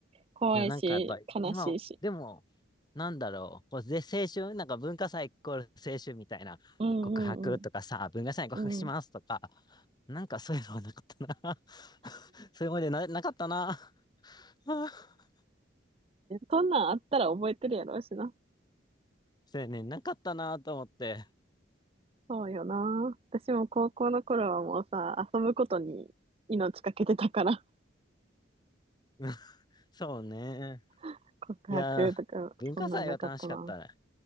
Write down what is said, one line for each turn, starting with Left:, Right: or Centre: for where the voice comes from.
Right: 怖いし、
Left: でもなんかやっぱ今、
Right: 悲しいし。
Left: でも、なんだろう、こうで青春、なんか文化祭イコール青春みたいな告白とかさ、
Right: うんうんう
Left: 文化祭に告白しますとか、
Right: ん。うん。
Left: なんかそういうのはなかったな。<laughs> そういう思い出な、なかったな。<laughs>
Right: そんなんあったら覚えてるやろうしな。
Left: そうやね、なかったなと思って。
Right: そうよな。私も高校の頃はもうさ、遊ぶことに命かけてたから、
Left: <laughs> そうね。
Right: <laughs> 告白とか、
Left: いやー、文化祭は楽しかったね。
Right: そんなんなかったな。